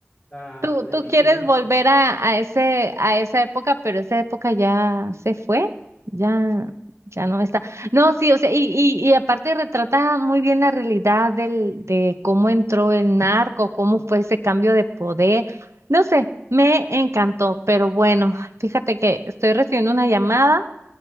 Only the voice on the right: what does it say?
tú,
tú
quieres
volver
a, a ese, a esa época, pero esa época ya se fue, ya, ya no está. No, sí, o sea, y, y, y aparte retrata muy bien la realidad del, de cómo entró el narco, cómo fue ese cambio de poder. No sé, me encantó, pero bueno, fíjate que estoy recibiendo una llamada,